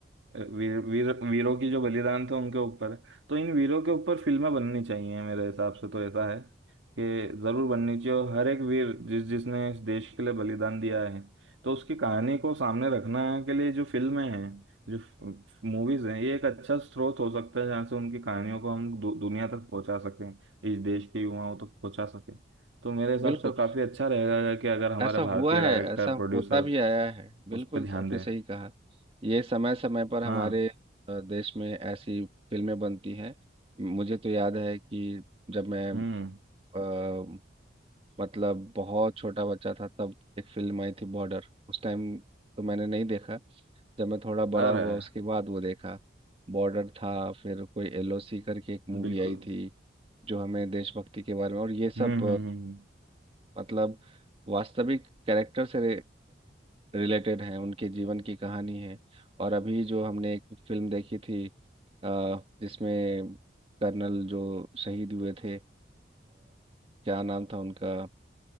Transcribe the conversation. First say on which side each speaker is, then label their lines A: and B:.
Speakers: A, on the right; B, on the right.
A: वीर, वीर वीरों की जो बलिदान थे उनके ऊपर है। तो इन वीरों के ऊपर फिल्में बननी चाहिए मेरे हिसाब से तो ऐसा है कि ज़रूर बननी चाहिए और हर एक वीर जिस जिसने इस देश के लिए बलिदान दिया है तो उसकी कहानी को सामने रखना के लिए जो फिल्में हैं जो मूवीज हैं ये एक अच्छा स्रोत हो सकता है जहाँ से उनकी कहानियों को हम दु, दुनिया तक पहुंचा सकें इस देश के युवाओं तक पहुंचा सकें तो मेरे हिसाब
B: बिल्कुल
A: से काफी अच्छा रहेगा कि अगर हमारे
B: ऐसा
A: भारतीय
B: हुआ है
A: डायरेक्टर
B: ऐसा
A: प्रोड्यूसर्स
B: होता भी आया है बिल्कुल
A: उस पर ध्यान
B: आपने
A: दें
B: सही कहा ये समय समय पर हमारे
A: हाँ
B: अ, देश में ऐसी फिल्में बनती हैं मुझे तो याद है कि जब मैं
A: हम्म
B: अ, मतलब बहुत छोटा बच्चा था तब एक फिल्म आई थी बॉर्डर उस टाइम तो मैंने नहीं देखा जब मैं थोड़ा बड़ा
A: अरे
B: हुआ
A: अरे,
B: उसके बाद वो देखा बॉर्डर था फिर कोई एलओसी करके एक मूवी
A: बिल्कुल
B: आई थी जो हमें देशभक्ति के बारे में और ये सब
A: हम्म हम्म हम्म,
B: मतलब वास्तविक कैरेक्टर से रिलेटेड है उनके जीवन की कहानी है और अभी जो हमने एक फिल्म देखी थी अ, जिसमें कर्नल जो शहीद हुए थे अ, क्या नाम था उनका